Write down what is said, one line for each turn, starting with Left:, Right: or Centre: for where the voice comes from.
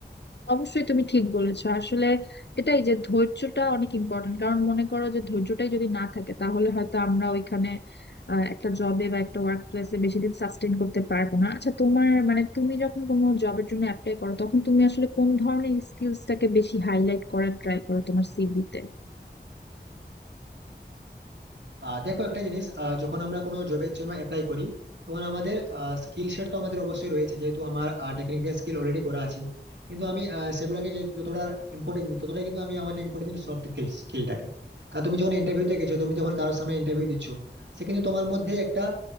Left: অবশ্যই তুমি ঠিক বলেছো আসলে এটাই যে ধৈর্যটা অনেক ইম্পর্টেন্ট কারণ মনে করো যে ধৈর্যটাই যদি না থাকে তাহলে হয়তো আমরা ওইখানে আহ, একটা জবে বা একটা ওয়ার্ক প্লেসে বেশি দিন সাস্টেন করতে পারবো না আচ্ছা তোমার মানে তুমি যখন কোনো জবের জন্য অ্যাপ্লাই করো তখন তুমি আসলে কোন ধরনের স্কিলসটাকে বেশি হাইলাইট করার ট্রাই করো তোমার সিভিতে
Right: আহ দেখো একটা জিনিস আহ, যখন আমরা কোনো জবের জন্য অ্যাপ্লাই করি তখন আমাদের স্কিল সেট তো আমাদের অবশ্যই রয়েছে যেহেতু আমার টেকনিক্যাল স্কিল অলরেডি করা আছে কিন্তু আমি আহ, সেগুলাকে যে- যতটা ইম্পর্টেন্ট দিই ততটাই কিন্তু আমি আমার ইম্পর্টেন্ট দিই সফট স্কিলটাকে কারণ তুমি যখন ইন্টারভিউতে গেছো তুমি যখন কারোর সামনে ইন্টারভিউ দিচ্ছ সে কিন্তু তোমার মধ্যে একটা